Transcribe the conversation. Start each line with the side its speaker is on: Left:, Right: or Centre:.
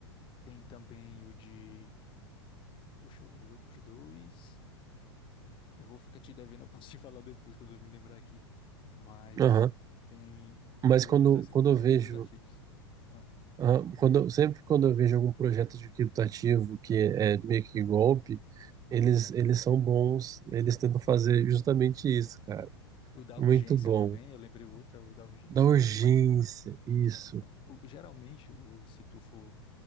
Left: Tem também o de, poxa, os outros dois. Eu vou ficar te devendo, <laughs> eu posso te falar depois quando eu me lembrar aqui. Mas
Right: Aham.
Left: tem,
Right: Mas
Left: tem outros
Right: quando,
Left: dois,
Right: quando eu
Left: outros
Right: vejo
Left: dois gatilhos. Ah,
Right: Ah, Quando, eu- sempre quando eu vejo algum projeto de criptativo que é meio que golpe, eles, eles são bons, eles tentam fazer justamente isso, cara.
Left: o da
Right: Muito
Left: urgência
Right: bom.
Left: também, eu lembrei o outro, é o da urgência,
Right: Da urgência,
Left: e tem mais um.
Right: isso.
Left: Pra- o- geralmente, o, se tu for